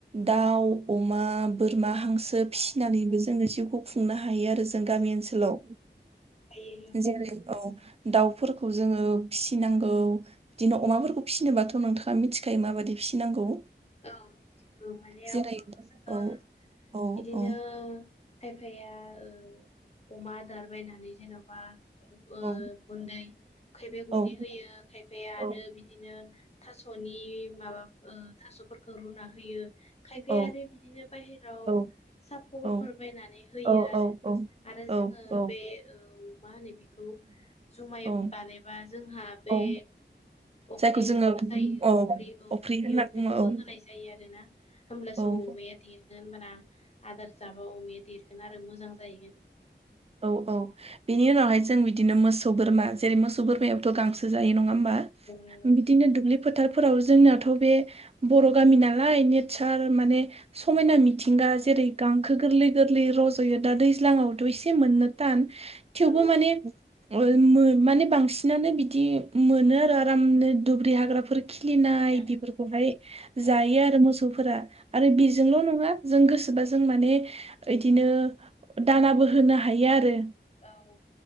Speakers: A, on the right; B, on the left.
A: दाउ अमा बोरमा हांसो
B: बोरमा
A: फिसिनानैबो
B: औ
A: जोङो जिउखौ खुंनो हायो आरो जों गामि ओनसोलाव
B: हायो ओं
A: जेरै औ दाउफोरखौ जोङो फिसिनांगौ बिदिनो अमाफोरखौ फिसिनोबाथ' नोंथाङा मिथिखायो माबादि फिसिनांगौ
B: औ मिथिगौ माने
A: जेरै
B: अमाखौ जोङो
A: औ औ
B: बिदिनो
A: औ
B: खायफाया ओ अमा आदार बायनानै जेन'बा ओ
A: औ
B: गुन्दै खायफाया गुन्दै
A: औ
B: होयो खायफाया आरो
A: औ
B: बिदिनो थास' थास'नि माबा ओ थास'फोरखौ रुना होयो खायफायारि
A: औ
B: बिदिनो बायेराव
A: औ
B: सापरफोर
A: औ
B: बायनानै होयो
A: औ
B: आरो
A: औ
B: आरो जोङो बे औ मा होनो बिखौ जुमाय
A: औ
B: बानायबा जोंहा बे
A: औ
B: बे अफ्रि
A: जायखौ जोङो
B: ओंख्रि जायो
A: औ
B: अफ्रि औ
A: अफ्रि होनना
B: बि
A: बुङो
B: बेखोबो
A: औ
B: होनाय जायो आरो ना होमब्लासो
A: औ
B: अमाया देरगोन होनबाना आदार जाबा अमाया देरगोन आरो मोजां जाहैगोन
A: औ औ बेनि उनावहाय जों बिदिनो मोसौ बोरमा जेरै मोसौ बोरमायावथ' गांसो जायो नङा होम बा
B: औ नंगौ
A: बिदिनो दुब्लि फोथारफोराव जोंनाथ' बे बर' गामि नालाय नेचार माने समायना मि मिथिंगा
B: समायना
A: जेरै गांखो गोरलै गोरलै रज'यो दा दैज्लाङावथ' एसे मोननो टान थेवबो
B: औ
A: माने मोन-मोन माने बांसिनानो बिदि मोनो आरो आरामनो दुब्रि हाग्राफोराव खिलिनाय
B: ओमफ्राय आं
A: बेफोरखौहाय जायो
B: औ
A: आरो मोसौफोरा आरो
B: जायो
A: बेजोंल' नङा जों गोसोबा जों माने इदिनो दानाबो होनो हायो आरो
B: औ